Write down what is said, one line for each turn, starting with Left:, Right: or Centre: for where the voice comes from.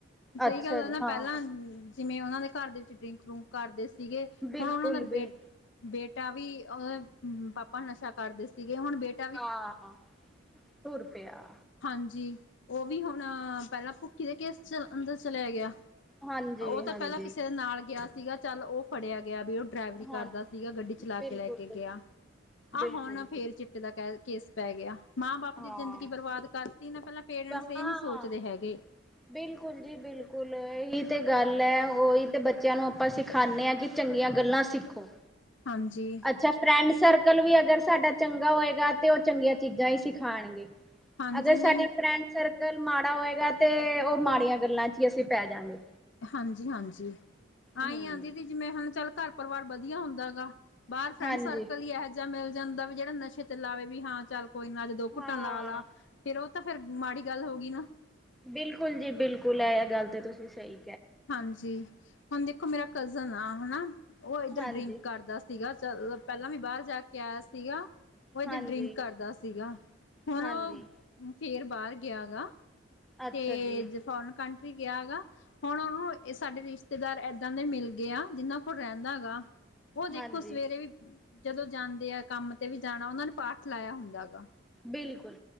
Left: ਸਹੀ
Centre: ਅੱਛਾ
Left: ਗੱਲ ਆ।
Centre: ਜੀ
Left: ਨਾ
Centre: ਹਾਂ
Left: ਪਹਿਲਾਂ ਜਿਵੇਂ ਉਹਨਾਂ ਦੇ ਘਰ ਦੇ ਵਿੱਚ ਡਰਿੰਕ- ਡੁਰਿੰਕ ਕਰਦੇ ਸੀਗੇ।
Centre: ਬਿਲਕੁਲ
Left: ਹੁਣ ਉਹਨਾਂ ਦਾ
Centre: ਬਿਲ
Left: ਬੇਟ ਬੇਟਾ ਵੀ ਅ, ਉਹਦੇ ਪਾਪਾ ਨਸ਼ਾ ਕਰਦੇ ਸੀਗੇ। ਹੁਣ ਬੇਟੇ
Centre: ਹਾਂ -ਹਾਂ ਤੁਰ ਪਿਆ।
Left: ਹਾਂਜੀ, ਉਹ ਵੀ ਹੁਣ ਪਹਿਲਾਂ ਭੁੱਕੀ ਦੇ ਕੇਸ ਚ, ਅੰਦਰ ਚਲਾ ਗਿਆ।
Centre: ਹਾਂਜੀ
Left: ਉਹ ਤਾਂ
Centre: ਹਾਂਜੀ
Left: ਪਹਿਲਾਂ ਕਿਸੇ ਨਾਲ ਗਿਆ ਸੀਗਾ। ਚੱਲ ਉਹ ਫੜਿਆ ਗਿਆ ਵੀ ਉਹ ਡਰਾਈਵਰੀ
Centre: ਹਾਂ
Left: ਕਰਦਾ ਸੀਗਾ। ਗੱਡੀ ਚਲਾ
Centre: ਬਿਲਕੁਲ
Left: ਕੇ ਲੈ ਕੇ ਗਿਆ। ਆਹ
Centre: ਬਿਲਕੁਲ
Left: ਹੁਣ ਫੇਰ ਚ <unintelligible> ਕੇਸ ਪੈ ਗਿਆ ਮਾਂ ਬਾਪ ਉਹਦੀ
Centre: ਹਾਂ
Left: ਜ਼ਿੰਦਗੀ ਬਰਬਾਦ ਕਰਤੀ ਨਾ। ਪਹਿਲਾਂ ਪੇਰੈਂਟਸ
Centre: ਹਾਂ
Left: ਇਹ ਨੀ ਸੋਚਦੇ ਹੈਗੇ।
Centre: ਬਿਲਕੁਲ ਜੀ ਜੀ ਬਿਲਕੁਲ ਇਹੀ ਤਾਂ ਗੱਲ ਹੈ। ਉਹੀ ਤੇ ਬੱਚਿਆਂ ਨੂੰ ਆਪਾਂ ਸਿਖਾਣੇ ਆ। ਕਿ ਚੰਗੀਆਂ ਗੱਲਾਂ ਸਿੱਖੋ।
Left: ਹਾਂਜੀ।
Centre: ਅੱਛਾ, ਫਰੈਂਡ ਸਰਕਲ ਵੀ ਅਗਰ ਸਾਡਾ ਚੰਗਾ ਹੋਏਗਾ ਤੇ, ਉਹ ਚੰਗੀਆਂ ਚੀਜ਼ਾਂ ਹੀ ਸਿਖ ਖਾਣਗੇ।
Left: ਹਾਂਜੀ
Centre: ਅਗਰ ਸਾਡੇ
Left: ਨਹੀਂ
Centre: ਫਰੈਂਡ ਸਰ ਕੱਲ੍ਹ ਮਾੜਾ ਹੋਏਗਾ ਤੇ, ਉਹ ਮਾੜੀਆਂ ਗੱਲਾਂ ਚ ਹੀ ਅਸੀਂ ਪੈ ਜਾਗੇ।
Left: ਹਾਂਜੀ -ਹਾਂਜੀ ਆਈ
Centre: ਹਮ
Left: ਆ। ਦੀਦੀ ਜਿਵੇਂ ਹੁਣ ਘਰ ਪਰਿਵਾਰ ਵਧੀਆ ਹੁੰਦਾ ਗਾ। ਬਾਰ ਫਰੈਂਡ
Centre: ਹਾਂਜੀ
Left: ਸਰਕਲ ਹੀ ਇਹ ਜਾ ਮਿਲ ਜਾਂਦਾ ਵੀ ਜੇੜਾ ਨਸ਼ੇ ਤੇ ਲਾਵੇ ਵੀ ਹਾਂ ਚੱਲ ਕੋਈ ਨਾ ਅੱ ਦੋ ਘੁੱਟਾ
Centre: ਹਾਂ
Left: ਲਾ-ਲਾ ਫਿਰ ਓ ਤਾਂ ਫਿਰ ਮਾੜੀ ਗੱਲ ਹੋਗੀ ਨਾ।
Centre: ਬਿਲਕੁੱਲ ਜੀ ਬਿਲਕੁੱਲ ਐ ਗੱਲ ਤਾਂ ਤੁਸੀਂ ਸਈ
Left: ਹਾਂਜੀ ਹੁਣ ਦੇਖੋ ਮੇਰਾ ਕਜ਼ਨ ਆ ਹਨਾ ਓ ਏਧਰ
Centre: ਹਾਂਜੀ
Left: ਡਰਿੰਕ ਕਰਦਾ ਸੀਗਾ ਚੱਲ ਪੈਲਾਂ ਵੀ ਬਾਰ ਜਾ ਕੇ ਆਇਆ ਸੀਗਾ ਓ ਇਧਰ
Centre: ਹਾਂਜੀ
Left: ਡਰਿੰਕ ਕਰਦਾ ਸੀਗਾ ਹੁਣ
Centre: ਹਾਂਜੀ
Left: ਓ ਫਿਰ ਬਾਰ ਗਿਆ ਗਾ
Centre: ਅੱਛਾ
Left: ਤੇ
Centre: ਜੀ
Left: ਜੇ ਫੋਰਨ ਕੰਟਰੀ ਗਿਆ ਗਾ ਹੁਣ ਓਨੂੰ ਏ ਸਾਡੇ ਰਿਸ਼ਤੇਦਾਰ ਏਦਾਂ ਦੇ ਮਿਲ ਗਏ ਆ ਜਿਨਾਂ ਕੋਲ ਰੈਂਦਾ ਗਾ ਓ ਦੇਖੋ
Centre: ਹਾਂਜੀ
Left: ਸਵੇਰੇ ਵੀ ਜਦੋਂ ਜਾਂਦੇ ਆ ਕੰਮ ਤੇ ਵੀ ਜਾਣਾ ਉਨਾਂ ਨੇ ਪਾਠ ਲਾਇਆ ਹੁੰਦਾ ਗਾ।
Centre: ਬਿਲਕੁੱਲ